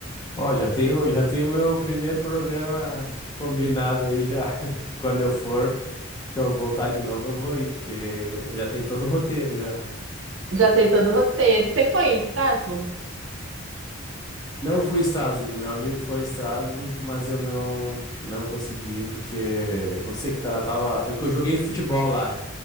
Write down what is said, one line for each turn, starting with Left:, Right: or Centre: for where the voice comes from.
Left: Ó, já tenho, já tenho meu primeiro programa combinado aí já, <laughs> que quando eu for, que eu voltar de novo, eu vou ir, porque já tem todo o roteiro já.
Right: Já tem todo o roteiro. Você foi em Estrasburgo?
Left: Não fui em Estrasburgo, meu amigo foi em Estrasburgo, mas eu não não consegui ir, porque não sei o que tá, eu tava, é que eu joguei futebol lá.